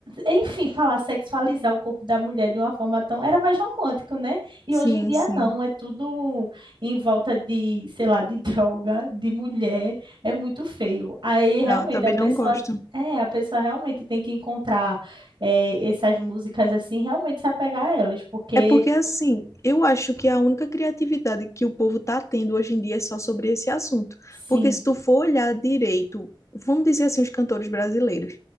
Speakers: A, on the right; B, on the left.
A: enfim, falar sexualizar o corpo da mulher de uma forma tão. Era mais romântico, né? E
B: sim,
A: hoje em dia
B: sim.
A: não, é tudo em volta de, sei lá, de droga, de mulher. É muito feio. Aí realmente
B: Não, eu também
A: a pessoa.
B: não gosto.
A: É, a pessoa realmente tem que encontrar eh, essas músicas assim, realmente se apegar a elas, porque
B: É porque assim, eu acho que a única criatividade que o povo está tendo hoje em dia é só sobre esse assunto.
A: sim,
B: Porque se tu for olhar direito, vamos dizer assim, os cantores brasileiros.